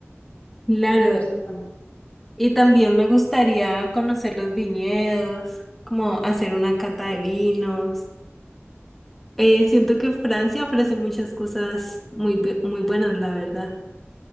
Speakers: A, in the centre; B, on the left.
A: Claro,
B: Me gusta también.
A: y también me gustaría conocer los viñedos, como hacer una cata de vinos. Eh, siento
B: Sí,
A: que Francia ofrece muchas cosas muy, bu- muy buenas, la verdad.